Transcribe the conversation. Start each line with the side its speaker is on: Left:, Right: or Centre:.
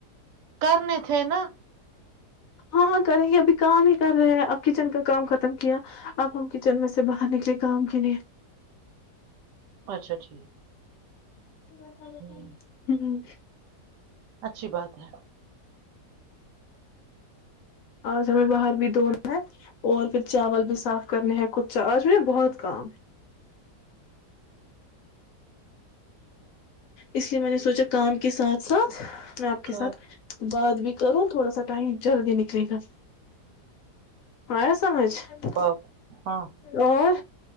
Right: کرنے تھے نا
Left: ہاں ہاں کریں گے ابھی کام ہی کر رہے ہیں اب کچن کا کام ختم کیا اب ہم کچن میں سے باہر نکلے کام کے لیے
Right: اچھا ٹھیک
Left: ہ
Right: ہوں اچھی بات ہے
Left: آج ہمیں باہر بھی دھونا ہے اور پھر چاول بھی صاف کرنے ہیں کچا آج ہم بہت کام ہے اس لیے میں نے سوچا کام کے ساتھ ساتھ میں آپ کے
Right: ہاں
Left: ساتھ بات بھی کروں تھوڑا سا ٹائم جلدی نکلے گا آیا سمجھ
Right: باپ ہاں
Left: اور